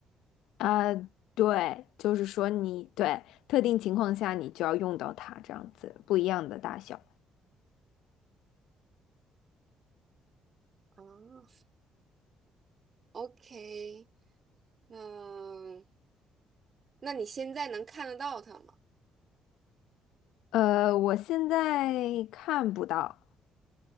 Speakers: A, on the left; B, on the right.
A: 呃，对，就是说你对特定情况下你就要用到它，这样子不一样的大小。
B: 啊，OK。嗯，那你现在能看得到它吗？
A: 呃，我现在看不到，